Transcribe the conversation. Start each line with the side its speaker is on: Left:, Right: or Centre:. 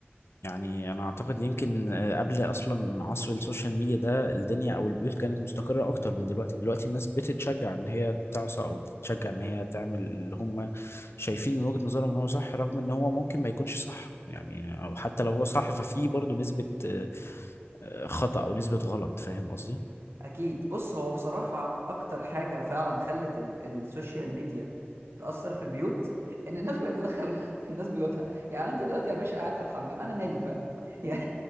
Left: يعني انا اعتقد يمكن آه، قبل اصلا عصر السوشيال ميديا ده الدنيا او البيوت كانت مستقره اكتر من دلوقتي دلوقتي الناس بتتشجع ان هي تعصى او تتشجع ان هي تعمل اللي هم شايفين من وجهه نظرهم ان هو صح رغم ان هو ممكن ما يكونش صح يعني او حتى لو هو صح ففي برضه نسبه آه، آه، خطأ او نسبه غلط فاهم قصدي
Right: اكيد بص هو بصراحه اكتر حاجه فعلا خلت ال- السوشيال ميديا تاثر في البيوت ان الناس بقت تدخل <laughs> الناس بيوتها يعني انت دلوقتي يا باشا قاعد في الحمام انا مالي فاهم يعني